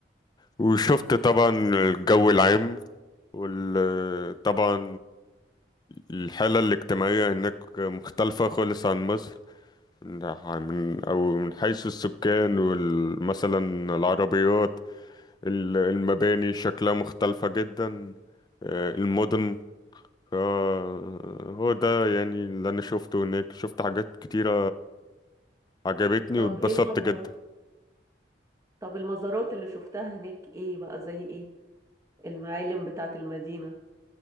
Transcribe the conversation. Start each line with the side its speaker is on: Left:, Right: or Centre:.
Left: وشفت طبعا الجو العام وطبعا الحالة الاجتماعية هناك مختلفة خالص عن مصر من أو من حيث السكان ومثلا العربيات ال- المباني شكلها مختلفة جدا آه، المدن فهو ده يعني اللي انا شفته هناك شفت حاجات كتيرة عجبتني
Right: طب
Left: واتبسطت
Right: إيه المزارات؟
Left: جدا
Right: طب المزارات اللي شفتها هناك إيه بقى زي إيه؟ المعالم بتاعت المدينة